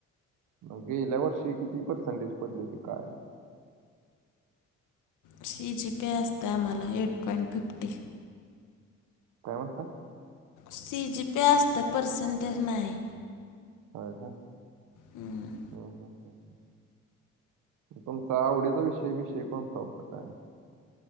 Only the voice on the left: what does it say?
सी जी पे असतय आम्हाला एट पॉईंट फिफ्टी
सी जी पी असते पर्सेंटेज नाही.
हम्म.